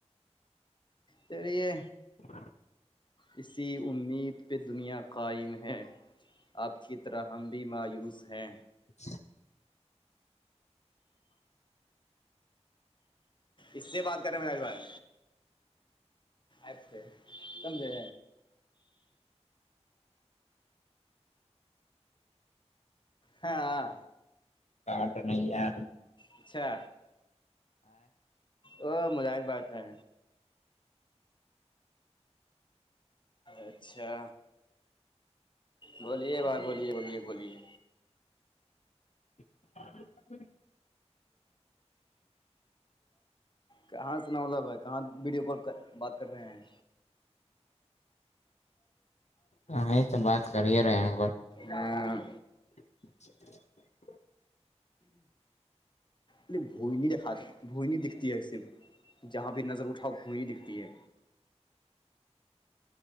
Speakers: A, on the left; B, on the left.
A: سریے
B: ہ
A: اسی امید پہ دنیا قائم ہے آپ کی طرح ہم بھی مایوس ہیں
B: چ
A: اس سے بات کریں میںج جو ہے اپ سمجے ہاں
B: کٹ نہیں آ
A: اچھا وہ مزااہ بات ہے اچھا بولیے بائی بولیے بولیے بولیے
B: <inaudible>
A: کہاں سنا وال بائی کہاں ویڈیو کال بات کر رہے ہیں
B: ہمیں تو بات کر ہی رہے ہیں
A: ہاں
B: <inaudible>
A: بھوئی نہیں دکھاتا بھوئی نہیں دکھتی ہے صرف جہاں بھی نظر اٹھاؤ کھوئی ہی دکھتی ہے